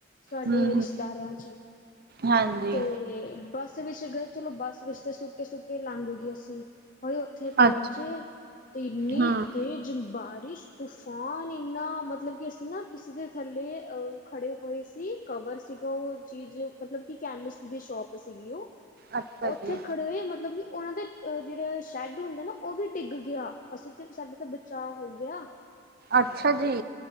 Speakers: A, on the left (about 40°); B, on the right (about 50°).
A: ਸਾਡੇ
B: ਹੂੰ ਹੂੰ
A: ਰਿਸ਼ਤੇਦਾਰਾਂ
B: ਹਾਂਜੀ
A: ਤੇ ਬੱਸ ਵਿੱਚ ਗਏ। ਚਲੋ ਬਸ ਵਿੱਚ ਤੇ ਸੁੱਕੇ- ਸੁੱਕੇ ਲੰਗਗੇ ਅਸੀਂ, ਹੋਹੀ। ਉੱਥੇ ਪਹੁੰਚੇ
B: ਅੱਛ
A: ਤੇ ਇੰਨੀ
B: ਹੂੰ
A: ਤੇਜ਼ ਬਾਰਿਸ਼, ਤੂਫਾਨ ਇੰਨਾ ਮਤਲਬ ਕਿ ਅਸੀਂ ਨਾ ਕਿਸੇ ਦੇ ਥੱਲੇ ਅ ਖੜੇ ਹੋਏ ਸੀ। ਕਵਰ ਸੀਗਾ ਉਹ ਚੀਜ਼ ਮਤਲਬ ਕਿ ਕੈਮਿਸਟ ਦੀ ਸ਼ੋਪ ਸੀਗੀ ਉਹ।
B: ਅੱਛਾ ਜੀ
A: ਉੱਥੇ ਖੜੇ ਹੋਏ ਮਤਲਬ ਕਿ ਉਹਨਾਂ ਦੇ, ਜਿਹੜੇ ਸ਼ੈਡ ਹੁੰਦੇ ਨਾ ਉਹ ਵੀ ਡਿੱਗ ਗਿਆ, ਅਸੀਂ ਤੇ ਸਾਡੇ ਤੇ ਬਚਾਅ ਹੋ ਗਿਆ।
B: ਅੱਛਾ ਜੀ।